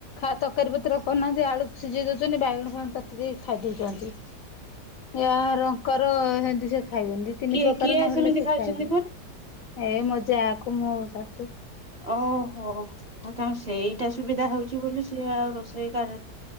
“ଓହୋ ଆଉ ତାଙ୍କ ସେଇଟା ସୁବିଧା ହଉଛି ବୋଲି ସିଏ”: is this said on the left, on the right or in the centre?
Right